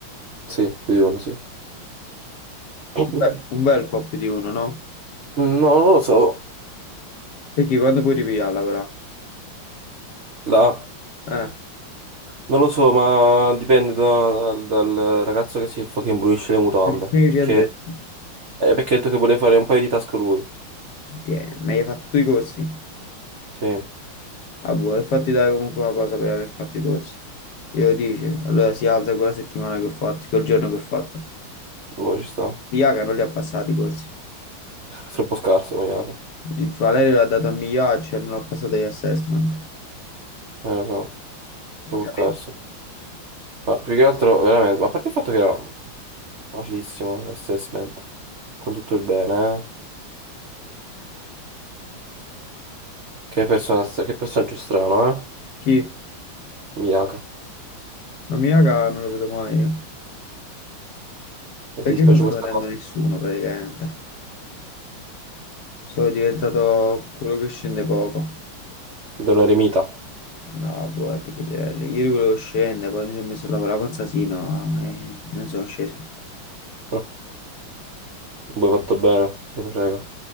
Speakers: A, on the right; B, on the left.
A: Sì, più di uno, sì. <clears throat>
B: Un bel, un bel po' più di uno, no?
A: No, non lo so.
B: Perché quando puoi ripigliarla, però?
A: Là.
B: Eh,
A: Non lo so, ma dipende da- dal, dal ragazzo che si fucking brulisce le mutande.
B: perché
A: Perché,
B: che ha detto?
A: eh, perché ha detto che voleva fare un paio di task lui.
B: Tieni, ma hai fatto tu i corsi?
A: Sì,
B: Ah, boh, e fatti dare comunque una cosa per aver fatto i corsi. Glielo dice, allora si alza quella settimana che ho fatto, quel giorno che ho fatto.
A: boh, ci sta.
B: Iaca non li ha passati i corsi.
A: È troppo scarso, maniaco.
B: Il Valerio l'ha dato a Migliaccio e non ha passato gli assessment.
A: Eh, lo so, troppo
B: Capito?
A: scarso. Ma più che altro, veramente, ma a parte il fatto che era Facilissimo, assessment. Con tutto il bene, eh. Che persona, che personaggio strano, eh?
B: Chi?
A: Miyaka.
B: La mia cara non lo vedo mai. Io.
A: E
B: Perché
A: ti dispiace
B: non sto
A: questa
B: vedendo
A: cosa?
B: nessuno praticamente? Sono diventato quello che scende poco.
A: È un eremita.
B: No, boh, di che livelli. Ieri volevo scendere, poi mi sono messo a lavorare con Sasino e non sono sceso.
A: Eh, Voi fatto bene, te ne frega.